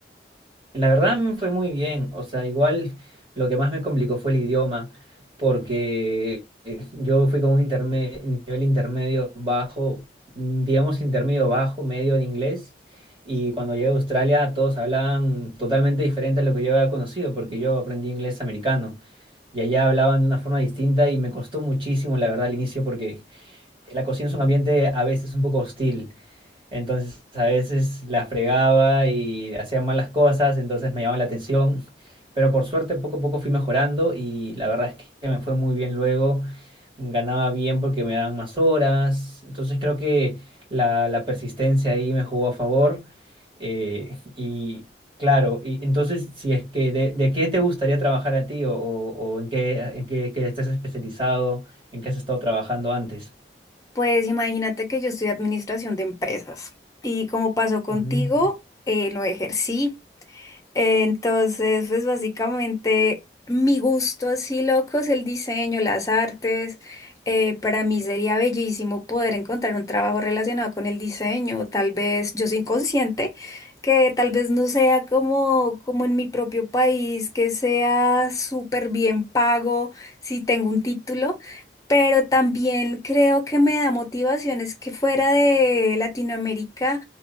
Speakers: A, on the right; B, on the left.
A: La verdad me fue muy bien, o sea, igual lo que más me complicó fue el idioma, porque eh, yo fui con un interme- nivel intermedio bajo, mm, digamos intermedio bajo, medio de inglés, y cuando llegué a Australia todos hablaban totalmente diferente a lo que yo había conocido, porque yo aprendí inglés americano, y allá hablaban de una forma distinta y me costó muchísimo, la verdad, al inicio, porque la cocina es un ambiente a veces un poco hostil. Entonces a veces la fregaba y hacía malas cosas, entonces me llamaba la atención. Pero por suerte poco a poco fui mejorando y la verdad es que me fue muy bien luego. Ganaba bien porque me daban más horas. Entonces creo que la, la persistencia ahí me jugó a favor. Eh, y claro, y entonces si es que de, de qué te gustaría trabajar a ti o, o- o en qué, en qué, qué estás especializado, en qué has estado trabajando antes.
B: Pues imagínate que yo estudié administración de empresas y como pasó contigo,
A: Ujú.
B: eh, no ejercí. Entonces, pues básicamente mi gusto así loco es el diseño, las artes. Eh, para mí sería bellísimo poder encontrar un trabajo relacionado con el diseño. Tal vez yo soy consciente que tal vez no sea como, como en mi propio país, que sea súper bien pago si tengo un título. Pero también creo que me da motivaciones que fuera de Latinoamérica